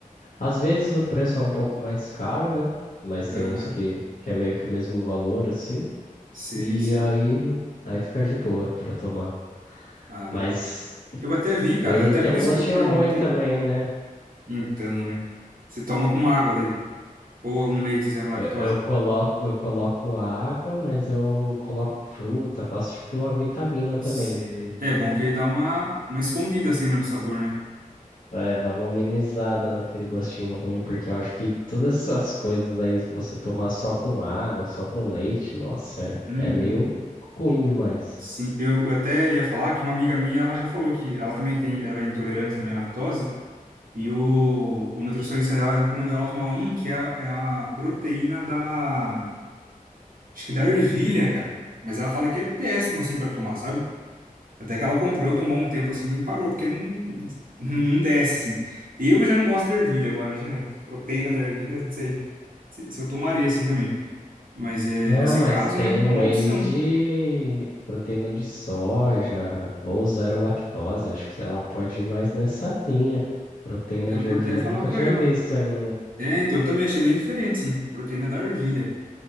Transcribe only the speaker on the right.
Aham,
Sei,
sei.
Ah, legal.
Eu até vi, cara,
é até
por
isso
que eu perguntei.
Então, né? Você toma com água daí. Ou um leite zero lactose.
Sei. É bom que aí dá uma, uma escondida assim né, no sabor, né?
Uhum.
Sim, eu até ia falar que uma amiga minha, ela já falou que ela também tem, ela é intolerante também à lactose, e o, o nutricionista dela recomendou ela tomar um que é, a- é a proteína da, acho que da ervilha, cara. Mas ela fala que é péssimo assim pra tomar, sabe? Até que ela comprou, tomou um tempo assim e parou, porque não, não desce assim. Eu já não gosto de ervilha agora, imagina. Proteína da ervilha, não sei se, se eu tomaria assim também. Mas é,
nesse
caso,
né,
é uma
opção.
Eu
vou
até falar
pra
ela.
É, então eu também achei bem diferente, sim. Proteína da ervilha.